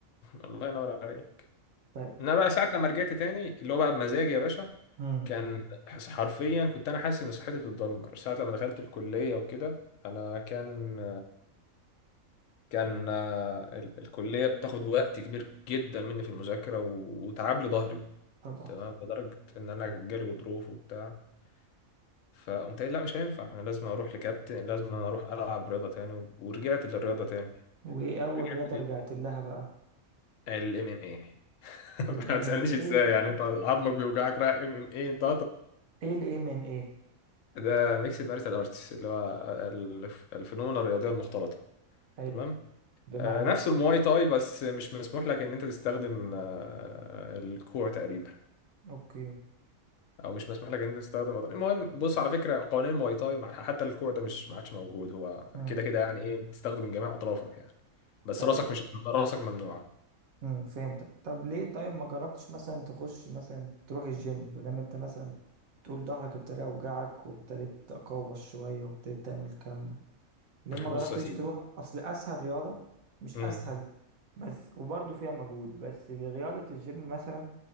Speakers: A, on the left; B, on the right.
A: الله ينور عليك
B: طيب
A: انا بقى ساعه لما رجعت تاني اللي هو بقى بمزاجي يا باشا
B: امم
A: كان حس- حرفيا كنت انا حاسس ان صحتي بتتدمر ساعه لما دخلت الكليه وكده انا كان كان ال- الكليه بتاخد وقت كبير جدا مني في المذاكره و- وتعب لي ظهري
B: طبعا
A: تمام لدرجه ان انا جالي غضروف وبتاع فقمت قايل لا مش هينفع انا لازم اروح لكابتن لازم اروح العب رياضه تاني ورجعت للرياضه تاني
B: وايه اول
A: ورجعت
B: رياضة رجعت لها بقى
A: للام ام اي <laughs>
B: الام
A: ما تسالنيش
B: ام ايه
A: ازاي يعني انت عظمك بيوجعك رايح ام ام اي انت
B: ايه الام ام ايه
A: ده ميكس مارشال ارتس اللي هو الف- الفنون الرياضيه المختلطه
B: حلو
A: تمام
B: بمعنى
A: آه، نفس المواي تاي بس مش مسموح لك ان انت تستخدم آه، الكوع تقريبا
B: اوكي
A: او مش مسموح لك ان انت تستخدم أضرار. المهم بص على فكره قوانين المواي تاي مع- حتى الكوع ده مش ما عادش موجود هو
B: امم
A: كده كده يعني ايه بتستخدم جميع اطرافك يعني بس
B: طب
A: راسك مش راسك ممنوعه
B: امم فهمتك طب ليه طيب ما جربتش مثلا تخش مثلا تروح الجيم بدل انت مثلا تقول ظهرك ابتدى يوجعك وابتديت تقوس شوية وابتديت تعمل الكلام ده ليه ما جربتش
A: بص يا سيدي
B: تروح اصل اسهل رياضة مش
A: مم.
B: اسهل بس وبرضه فيها مجهود بس لرياضة الجيم مثلا